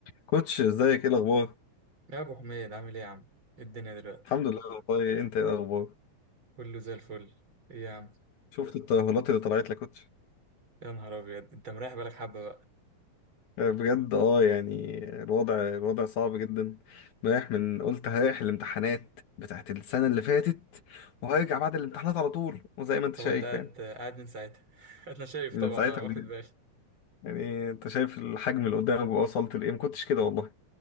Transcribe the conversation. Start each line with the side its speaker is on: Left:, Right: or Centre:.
Left: كوتش ازيك ايه الاخبار
Right: يا ابو حميد عامل ايه يا عم إيه الدنيا دلوقتي
Left: الحمد لله والله انت ايه الاخبار
Right: كله زي الفل ايه يا عم
Left: شفت الترهلات اللي طلعت لك كوتش
Right: يا نهار ابيض انت مريح بالك حبه بقى
Left: آه، بجد اه يعني الوضع الوضع صعب جدا رايح من قلت هريح الامتحانات بتاعت السنه اللي فاتت وهرجع بعد الامتحانات على طول وزي ما انت
Right: طبعا
Left: شايف
Right: انت قاعد
Left: يعني
Right: قاعد من ساعتها <laughs> انا شايف
Left: من
Right: طبعا
Left: ساعتها
Right: انا واخد
Left: بجد
Right: بالي
Left: يعني انت شايف الحجم اللي قدامك ووصلت لايه ما كنتش كده والله